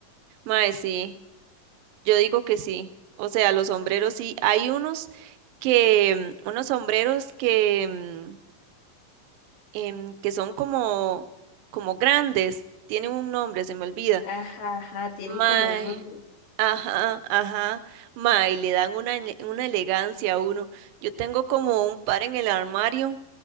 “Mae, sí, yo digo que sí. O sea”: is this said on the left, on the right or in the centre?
Right